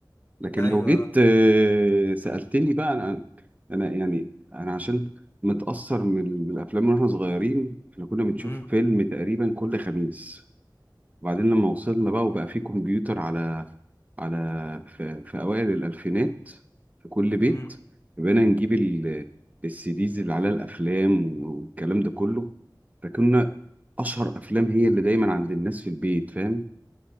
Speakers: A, on the right (about 20°); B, on the left (about 30°).
A: لكن
B: ايوه
A: لو جيت آه، سألتني بقى أنا أنا يعني أنا عشان متأثر من الأفلام وإحنا صغيرين إحنا كنا بنشوف
B: امم
A: فيلم تقريبا كل خميس وبعدين لما وصلنا بقى وبقى في كمبيوتر على على في, في أوائل الألفينات في كل بيت
B: امم
A: بقينا نجيب ال- السي ديز اللي عليها الأفلام والكلام ده كله فكنا أشهر أفلام هي اللي دايما عند الناس في البيت فاهم